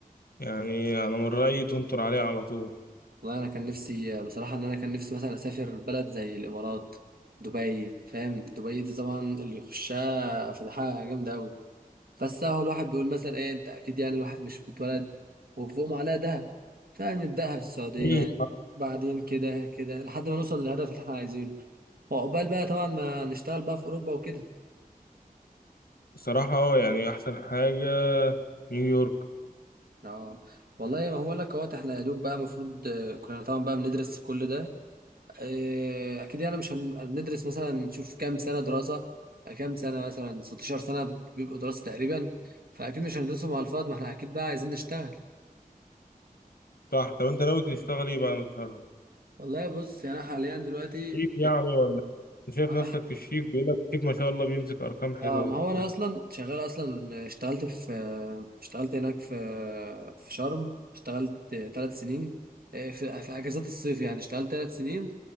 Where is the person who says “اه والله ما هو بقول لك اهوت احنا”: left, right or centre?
Right